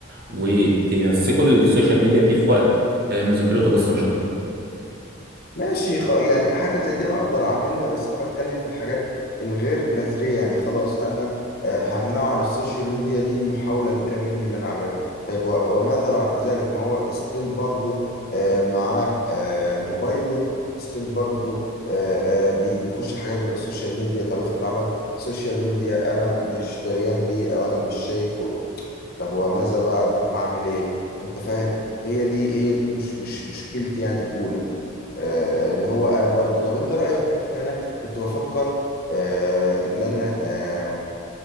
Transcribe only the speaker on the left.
ماشي خ... يعني حاجة زي دي أنا أقدر أعملها بس أنا بتكلم في الحاجات الغير جذرية يعني خلاص أنا آه، همنعه عن السوشيال ميديا دي محاولة كبيرة مني اللي أنا أعملها طيب و... وماذا بعد ذلك ما هو ستيل برضه آه، معاه آه، موبايله ستيل برضه آه، آه، بي- بيخش حاجات غير السوشيال ميديا طب افرض عمل سوشيال ميديا أنا مش دريان بيه أو أنا مش شايفه طب وماذا بعد طب هعمل إيه أنت فاهم هي دي هي دي مش مش مشكلتي يعني الأولى آه، اللي هو انا برضو طب انت رايك في حته اللي انا كنت بفكر آه، اللي انا آه،